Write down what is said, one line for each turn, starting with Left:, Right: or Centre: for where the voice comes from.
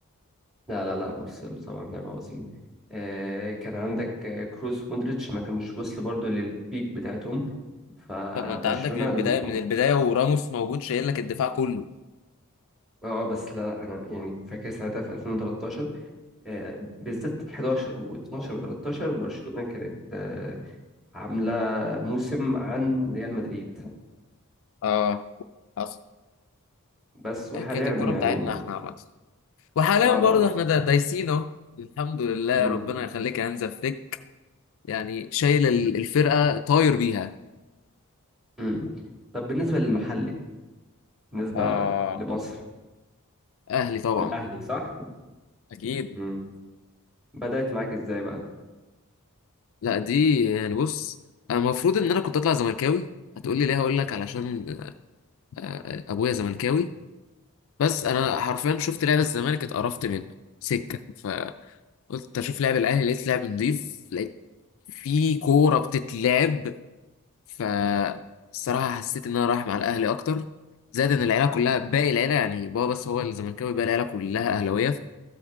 Centre: لا لا لا مارسيلو طبعا لاعب عظيم آه كان عندك آه، كروس ومودريتش ما كانوش وصلوا برضو للبيك بتاعتهم فبرشلونة
Left: <laughs> طب ما انت عندك من
Centre: ال-
Left: بداية من البداية وراموس موجود شايل لك الدفاع كله
Centre: اه بس لا لا انا يعني فاكر ساعتها في 2013 آه، بالذات 11 و12 و13 برشلونة كانت آه، عاملة موسم عن ريال مدريد
Left: اه حصل
Centre: بس وحاليا
Left: هي كانت الكرة
Centre: يعني
Left: بتاعتنا احنا عامة وحاليا
Centre: اه آه،
Left: برضه احنا دا- دايسين اهو الحمد لله
Centre: مم،
Left: ربنا يخليك يا هانزا فليك يعني شايل ال- الفرقة طاير بيها
Centre: مم. طب بالنسبة للمحلي بالنسبة
Left: اه
Centre: لمصر
Left: اهلي طبعا
Centre: الاهلي صح
Left: اكيد
Centre: امم بدأت معاك ازاي بقى
Left: لا دي يعني بص انا المفروض ان انا كنت اطلع زملكاوي هتقولي ليه هقول لك علشان آه، آه، ابويا زملكاوي بس انا حرفيا شفت لعب الزمالك اتقرفت منه سكه فقلت اشوف لعب الاهلي لقيت لعب نضيف لقيت في كوره بتتلعب ف الصراحه حسيت ان انا رايح مع الاهلي اكتر زائد ان العيله كلها باقي العيله يعني بابا بس هو الزملكاوي باقي العيله كلها اهلاويه